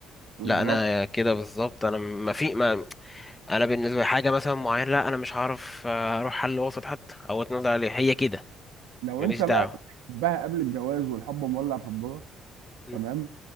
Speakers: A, on the right; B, on the left.
A: بالظبط
B: لا انا كده بالظبط انا ما في ما انا بالنسبة لحاجة مثلا معينة لا انا مش هعرف آه، اروح حل وسط حتى او اتنازل عليها هي كده
A: لو
B: ماليش
A: انت بقى
B: دعوة
A: بتحبها قبل الجواز والحب مولع في الدنيا
B: مم.
A: تمام